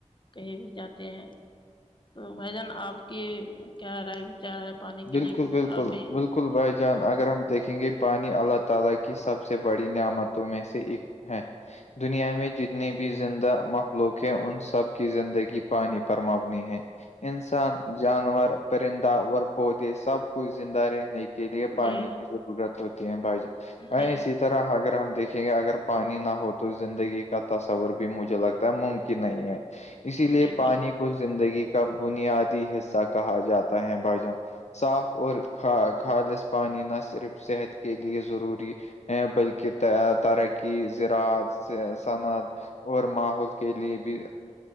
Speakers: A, on the left; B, on the left.
A: کہیں بھی جاتے ہیں تو بھائی جان آپ کی کیا رہا ہے بچار ہے پانی کے
B: بالکل
A: لیے کچھ
B: بالکل
A: آبے
B: بالکل بھائی جان اگر ہم دیکھیں گے پانی اللہ تعالی کی سب سے بڑی نعمتوں میں سے ایک ہاں دنیا میں جتنی بھی زندہ مخلوق ہیں ان سب کی زندگی پانی پر مبنی ہے انسان جانور پرندہ ور پودے سب کچھ زندہ رہنے کے لیے پانی
A: جی
B: کی ضرورت ہوتی ہے بھائی جان
A: جی
B: اسی طرح اگر ہم دیکھیں گے اگر پانی نہ ہو تو زندگی کا تصور بھی مجھے لگتا ممکن نہیں ہے اسی لیے
A: جی بھائی
B: پانی کو زندگی کا بنیادی حصہ کہا جاتا ہے بھائی جان صاف اورا خالص پانی نہ صرف صحت کے لیے ضروری بلکہ ترقی ذراعت صنعت اور ماحول کے لیے بھی